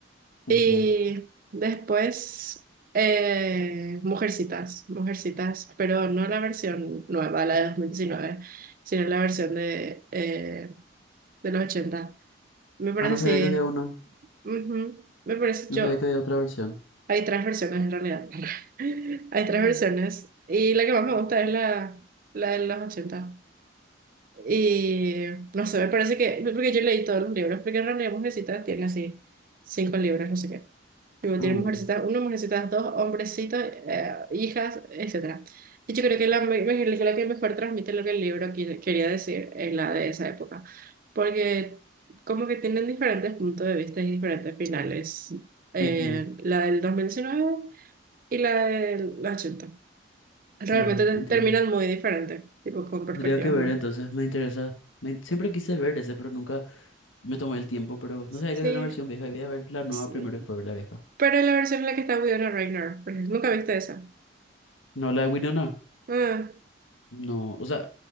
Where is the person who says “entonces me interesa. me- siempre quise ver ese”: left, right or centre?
Left